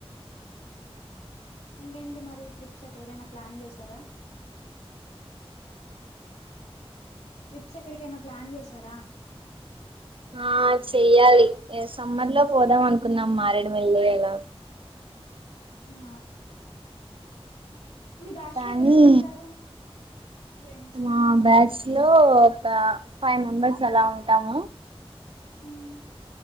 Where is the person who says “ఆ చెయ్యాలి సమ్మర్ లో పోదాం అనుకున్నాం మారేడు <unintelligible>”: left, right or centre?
Right